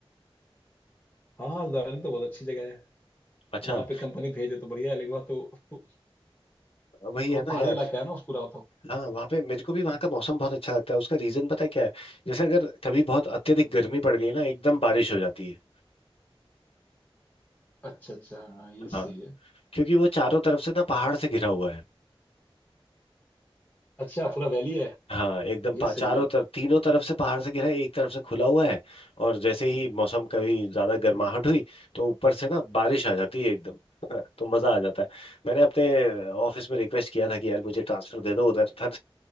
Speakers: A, on the left (about 15°); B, on the left (about 70°).
A: हाँ दार्जिलिंग तो बहुत अच्छी जगह है
B: अच्छा
A: वहाँ पे कंपनी भेजे तो बढ़िया है लेकिन वहाँ तो <laughs> वो
B: वही
A: तो
B: है ना
A: पहाड़ी
B: यार
A: इलाका है ना उस पूरा वो तो
B: हाँ वहाँ पे मेरे को भी वहाँ का मौसम बहुत अच्छा लगता है उसका रीजन पता है क्या है जैसे अगर कभी बहुत अत्यधिक
A: हम्म।
B: गर्मी पड़ गई ना एकदम बारिश हो जाती है
A: अच्छा अच्छा हाँ ये
B: हाँ
A: सही है
B: क्योंकि वो चारों तरफ से ना पहाड़ से घिरा हुआ है
A: अच्छा पूरा वैली है
B: हाँ एकदम
A: ये
B: पा-
A: सही
B: चारों
A: है
B: तरफ तीनों तरफ से पहाड़ से घिरा है एक तरफ से खुला हुआ है और जैसे ही मौसम कभी ज्यादा गर्माहट
A: हम्म।
B: हुई तो ऊपर से ना बारिश आ जाती है एकदम हाँ, तो मजा आ जाता है मैंने अपने ऑफिस में रिक्वेस्ट किया था कि यार मुझे ट्रांसफर दे दो उधर पर